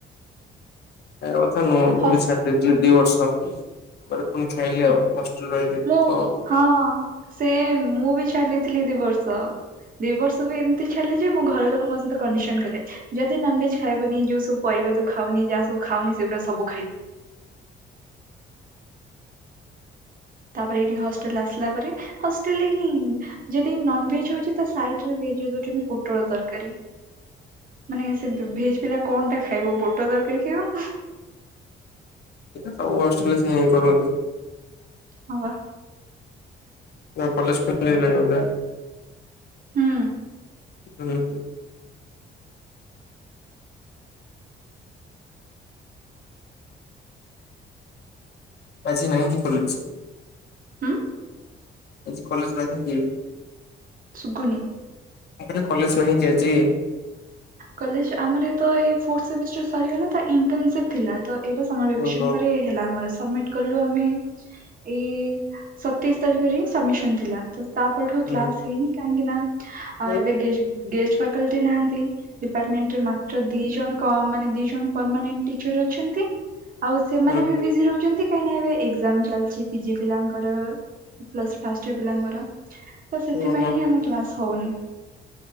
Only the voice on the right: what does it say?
ହସ୍
ହୁଁ
ହୁଁ,
ମୁଁ
ହଁ, ସେମ୍। ମୁଁ ବି ଛାଡି ଦେଇଥିଲି ଦି ବର୍ଷ। ଦି ବର୍ଷ ବି ଏମିତି ଛାଡିଲି ଯେ ମୋ ଘର ଲୋକ ମୋ ସହିତ କଣ୍ଡିସନ କଲେ। ଯଦି ନନଭେଜ ଖାଇବୁନି ଯୋଉ ସବୁ ପରିବା ତୁ ଖାଉନି ଯାହା ସବୁ ଖାଉନି ସେଗୁଡ଼ା ସବୁ ଖାଇବୁ। ତାପରେ ଏଇଠି କି ହଷ୍ଟେଲ ଆସିଲା ପରେ ହଷ୍ଟେଲ ରେ ହିଁ ଯଦି ନନଭେଜ ହଉଛି ତା ସାଇଟ୍ ରେ ଭେଜ୍ ରେ ଦଉଛନ୍ତି ପୋଟଳ ତରକାରୀ। ମାନେ ସେ ଭେଜ ପିଲା କଣଟା ଖାଇବ ପୋଟଳ ତରକାରୀ ଖାଇବ
ହଁ ବା।
ହୁଁ
ହୁଁ
ସୁଗୁନି।
କଲେଜ ଆମର ଏଇତ ଏଇ ଫୋର୍ଥ ସେମିଷ୍ଟର ସରିଗଲା ତ ଇଣ୍ଟସିପ ଥିଲା ତ ଏଇଟା ଆମର ଆଡ଼ମିଶନ
ପରେ ହେଲା ଆମର ସମିଟ। କଲୁ ଆମେ ଏଇ ସତେଇଶ ତାରିଖରେ ହିଁ ସବମିିଶନ ଥିଲା ତ ତା ପରଠୁ
କ୍ଲାସ ହେଇନି କାହିଁକି ନା ଆଉ
ଏବେ ଗେ ଗେଷ୍ଟ ଫ୍ୟାକଲ୍ଟି ନାହାନ୍ତି। ଡିପାର୍ଟମେଣ୍ଟରେ ମାତ୍ର ଦି ଜଣ କ ମାନେ ଦି ଜଣ ପରମାନେଣ୍ଟ ଟିଚର ଅଛନ୍ତି। ଆଉ ସେମାନେ
ବି ବିଜି ରହୁଛନ୍ତି କାହିଁକି ଏବେ ଏକଜାମ ଚାଲିଛି ପିଜି ପିଲାଙ୍କର। ପ୍ଲସ ସ୍ତି ଫାଷ୍ଟ ପିଲାଙ୍କର ତ ସେଥିପାଇଁ
ହିଁ ଆମେ କ୍ଲାସ ହଉନି।।